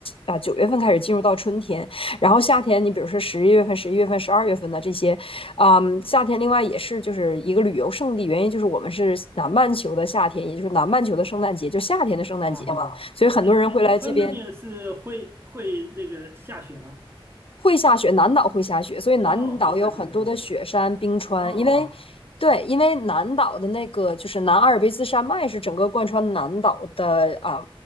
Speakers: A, on the left; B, on the right.
A: 啊九、呃月份开始进入到春天，然后夏天你比如说十一月份、十一月份、十二月份的这些，嗯，夏天另外也是就是一个旅游胜地，原因就是我们是南半球的夏天，也就是南半球的圣诞节，就夏天的圣诞节嘛，
B: 啊啊，
A: 所以很多人会来这边
B: 哎哎，他那边是会会那个下雪吗？
A: 会下雪，南岛会下雪，所以南岛有很多的雪山、
B: 哦，会下雪哈。
A: 冰川。
B: 哦
A: 因为，对，因为南岛的那个就是南阿尔卑斯山脉是整个贯穿南岛的啊、